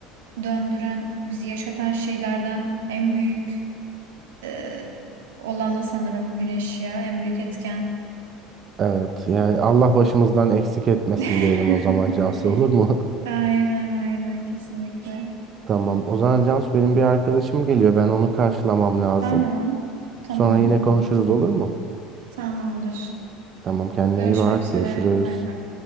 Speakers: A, on the right; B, on the right.
A: döndüren, bizi yaşatan şeylerden en büyük e, olanı sanırım güneş ya. En büyük etken.
B: Evet, yani Allah başımızdan eksik etmesin
A: <laughs>
B: diyelim o zaman Cansu olur mu? <laughs>
A: Aynen aynen kesinlikle.
B: Tamam. O zaman Cansu benim bir arkadaşım geliyor. Ben onu karşılamam lazım.
A: Tamam. Tamam.
B: Sonra yine konuşuruz olur mu?
A: Tamamdır.
B: Tamam kendine
A: Görüşmek
B: iyi bak.
A: üzere.
B: Görüşürüz.
A: Bay bay.